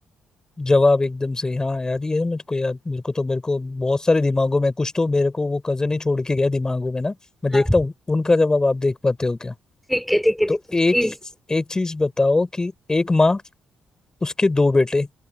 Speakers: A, on the left; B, in the centre.
A: जवाब एकदम सही हाँ यार ये है मेरे को याद मेरे को तो मेरे को बहुत सारे दिमागों में कुछ तो मेरे को वो कजन ही छोड़ के गया दिमागों में ना मैं
B: हाँ
A: देखता हूँ उनका जवाब आप देख पाते हो क्या
B: ठीक है ठीक है ठीक
A: तो
B: है
A: एक
B: इज
A: एक चीज बताओ कि एक माँ उसके दो बेटे